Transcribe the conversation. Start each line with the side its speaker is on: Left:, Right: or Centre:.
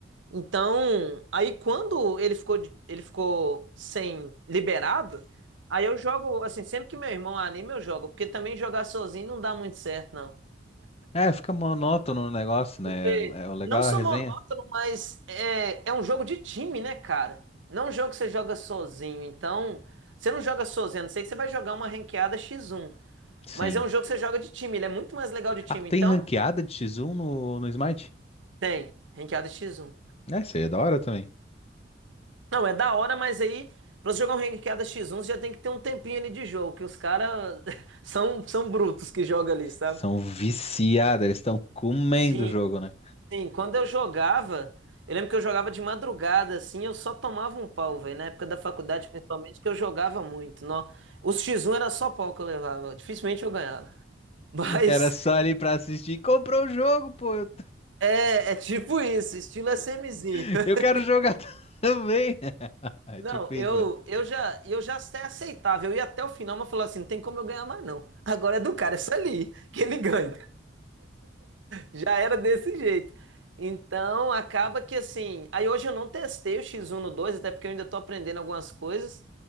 Right: Então, aí quando ele ficou, de- ele ficou sem liberado, aí eu jogo, assim, sempre que meu irmão anima, eu jogo, porque também jogar sozinho não dá muito certo, não.
Left: É, fica monótono o negócio,
Right: Porque
Left: né? É o legal
Right: não só
Left: a resenha.
Right: monótono, mas é, é um jogo de time, né, cara? Não é um jogo que você joga sozinho. Então, você não joga sozinho, a não sei que você vai jogar uma ranqueada X1.
Left: Sim.
Right: Mas é um jogo que você joga de time, ele é muito mais legal de time.
Left: Ah, tem
Right: Então,
Left: ranqueada de X1 no, no Smite?
Right: tem, ranqueada X1.
Left: É, isso aí é da hora também.
Right: Não, é da hora, mas aí, pra você jogar um ranqueada X1, você já tem que ter um tempinho ali de jogo, que os caras <laughs> são, são brutos que jogam ali, sabe?
Left: São viciados, eles estão comendo
Right: Sim,
Left: o jogo, né?
Right: Sim, quando eu jogava, eu lembro que eu jogava de madrugada, assim, eu só tomava um pau, velho. Na época da faculdade, principalmente, que eu jogava muito. Nó. Os X1 era só pau que eu levava, dificilmente eu ganhava. <laughs> Mas
Left: Era só ali pra assistir. Comprou o jogo, pô! Eu,
Right: é, é tipo isso, estilo SMzinho.
Left: <laughs>
Right: <laughs>
Left: eu quero jogar <laughs> também! É
Right: Não,
Left: tipo isso,
Right: eu,
Left: né?
Right: eu já eu já até aceitava, eu ia até o final, mas falava assim, não tem como eu ganhar mais não. Agora é do cara, é isso ali, que ele ganha. Já era desse jeito. Então, acaba que assim. Aí hoje eu não testei o x um no 2 até porque eu ainda tô aprendendo algumas coisas.